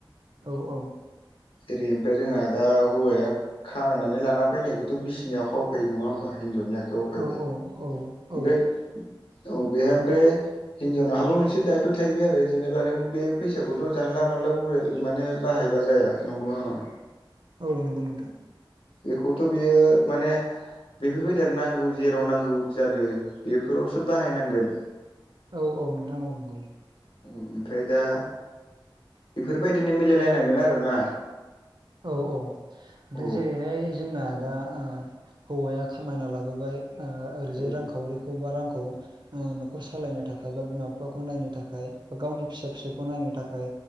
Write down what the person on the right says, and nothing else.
औ औ
औ औ औ औ
औ नंगौ नोंथां।
औ औ नोंथां औ नंगौ
औ औ दा
जेरैहाय जोंना दा ओ हौवाया खामायना लाबोबाय ओ ओरैजाय
रांखावरिखौ बा रांखौ ओ न'खर सालायनो थाखाय बा बिमा बिफाखौ नायनो थाखाय बा गावनि फिसा फिसौखौ नायनो थाखाय